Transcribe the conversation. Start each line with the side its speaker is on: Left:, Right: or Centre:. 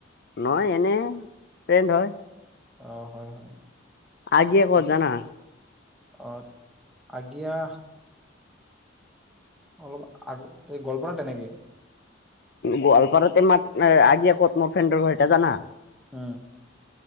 Left: নহয়, এনে ফ্ৰেণ্ড হয়।
Centre: অ', হয় হয়।
Left: আগে
Centre: ঠিক
Left: ক'ত
Centre: আছে
Left: জানা?
Centre: অ আগিয়া অলপ আগতে গোৱালপাৰা তেনেকি
Left: গোৱালপাৰাতে মাত, এ আগিয়া ক'ত মোৰ ফ্ৰেণ্ডৰ ঘৰিটা জানা?
Centre: উম',।